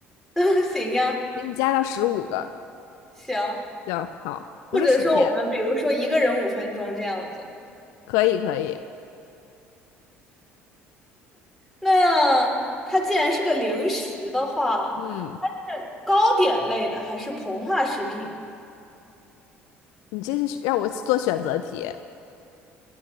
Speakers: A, in the centre; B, on the left (about 60°).
A: 然 <laughs> 行呀，
B: 给你加到十五个。
A: 行。
B: 行，好，不是薯片，
A: 或者说我们比如说一个人五分钟这样子。
B: 可以可以。
A: 那它既然是个零食的话，
B: 嗯，
A: 它是糕点类的还是膨化食品呢？
B: 你这是让我做选择题，